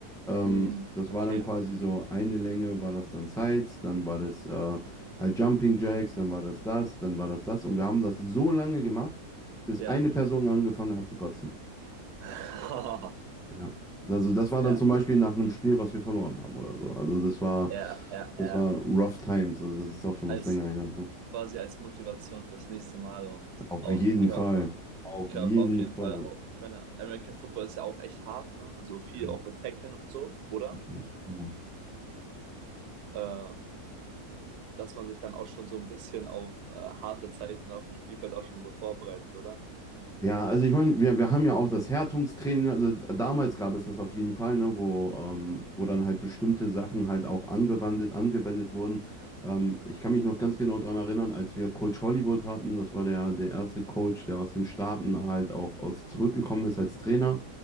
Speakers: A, in the centre; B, on the right (about 85°).
A: Ähm,
B: Mm,
A: das war
B: okay,
A: dann quasi so eine Länge, war das dann Sides, dann war das äh, halt Jumping Jacks, dann war das das, dann war das das. Und wir haben das so lange gemacht, bis
B: ja.
A: eine Person angefangen hat zu kotzen.
B: <laughs>
A: Ja. Also das war dann
B: Ja,
A: zum Beispiel nach einem Spiel, was wir verloren haben oder so. Also das war,
B: ja, ja,
A: das
B: ja.
A: war Rough Times. Also das ist auch schon
B: Als
A: was länger her. Ne?
B: quasi als Motivation fürs nächste Mal und
A: Auf
B: auch
A: jeden
B: den Körper.
A: Fall. Auf
B: Körper
A: jeden
B: auf jeden
A: Fall.
B: Fall auch. Ich meine, American Football ist ja auch echt hart, ne? Also viel
A: Ja,
B: auch mit Tacklen und so, oder?
A: richtig, genau.
B: Äh, dass man sich dann auch schon so ein bisschen auf äh, harte Zeiten auf dem Spielfeld auch schon so vorbereitet, oder?
A: Ja, also ich meine, wir, wir haben ja auch das Härtungstraining, also damals gab es das auf jeden Fall, ne, wo, ähm, wo dann halt bestimmte Sachen halt auch angewandt, angewendet wurden. Ähm, ich kann mich noch ganz genau daran erinnern, als wir Coach Hollywood hatten, das war der, der erste Coach, der aus den Staaten halt auch aus zurückgekommen ist als Trainer.